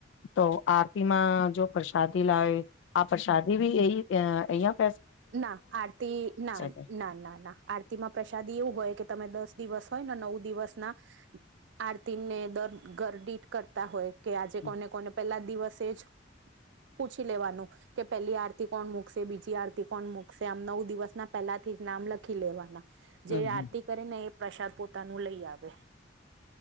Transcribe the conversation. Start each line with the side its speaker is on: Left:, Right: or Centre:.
Left: તો આરતીમાં જો પ્રસાદી લાવે આ પ્રસાદી ભી એઈ એ અહીંયા
Right: ના આરતી ના
Left: પે
Right: ના ના ના આર તીમાં પ્રસાદી એવું હોય કે તમે દસ દિવસ હોય ન નવ દિવસના આરતીને દર ઘરદિઠ કરતા હોય. કે આજે
Left: હમ
Right: કોને કોને પેલા દિવસે જ પૂછી લેવાનું કે પેલી આરતી કોણ મુકશે, બીજી આરતી કોન મુકશે, આમ નવ દિવસના પહેલાથી જ નામ લખી લેવાના. જે
Left: હમ
Right: આરતી કરે ને એ પ્રસાદ પોતાનું લઈ આવે.